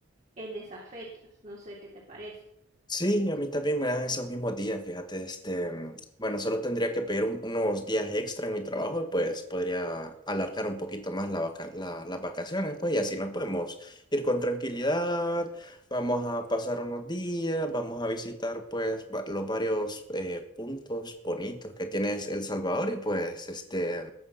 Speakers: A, on the right; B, on the left.
A: en esas fechas. No sé qué te parece.
B: Sí, a mí también me dan esos mismos días, fíjate, este, mm, bueno, solo tendría que pedir un- unos días extra en mi trabajo y pues podría alargar un poquito más la vaca- la- las vacaciones, pues, y así nos podemos ir con tranquilidad, vamos a pasar unos días, vamos a visitar pues va- los varios eh, puntos bonitos que tiene El Salvador y pues, este,